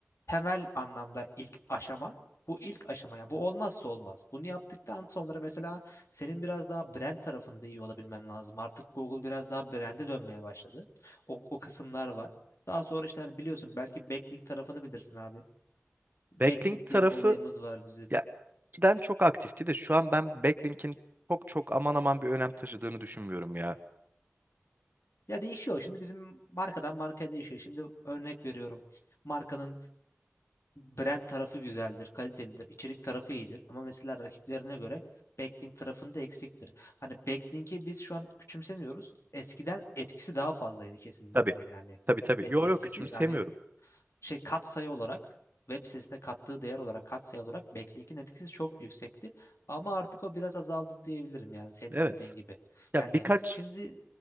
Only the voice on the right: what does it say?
Backlink tarafı
ya giden çok aktifti de şu an ben backlink'in çok çok aman aman bir önem taşıdığını düşünmüyorum ya.
Tabii.
Tabii tabii.
Yo
yo küçümsemiyorum.
Evet.
Ya
birkaç